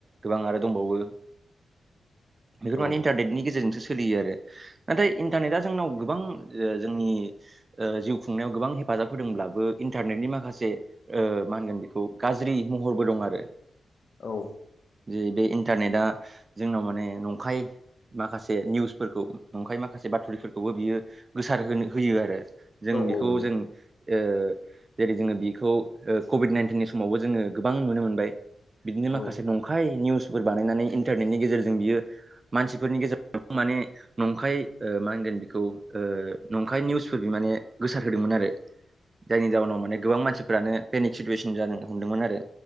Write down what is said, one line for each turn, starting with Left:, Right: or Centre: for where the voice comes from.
Right: गोबां आरो दंबावो। बेफोर
Left: औ
Right: माने इन्टारनेटनि गेजेरजोंसो सोलियो आरो नाथाय इन्टारनेटआ जोंनाव गोबां ओ जोंनि ओ जिउ खुंनायाव गोबां हेफाजाब होदोंब्लाबो इन्टारनेटनि माखासे ओ मा होनगोन बेखौ गाज्रि महरबो दं आरो।
Left: औ
Right: जे बे इन्टारनेटआ जोंनाव माने नंखाय माखासे निउसफोरखौ नंखाय माखासे बाथुरिफोरखौबो बियो गोसारहोनो होयो आरो‌। जों
Left: औ
Right: बेखौ
Left: औ नंगौ
Right: जों ओ जेरै जोङो बेखौ कभिड नाइन्टिननि समावबो जोङो गोबां नुनो मोनबाय बिदिनो माखासे
Left: औ
Right: नंखाय निउस फोर बानायनानै इन्टारनेटनि गेजेरजों बियो मानसिफोरनि गेजेराव माने नंखाय ओ मा होनगोन बिखौ ओ नंखाय निउसफोरबो माने गोसार होदोंमोन आ जायनि जाउनाव माने गोबां मानसिफोरानो पेनिक सिटुवेसन जानो हमदोंमोन आरो।